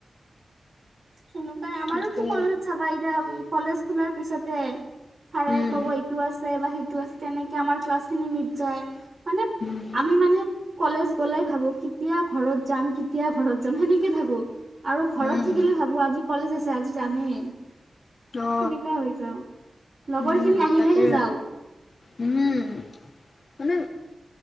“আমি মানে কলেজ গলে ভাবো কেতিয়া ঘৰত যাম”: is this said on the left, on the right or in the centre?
Right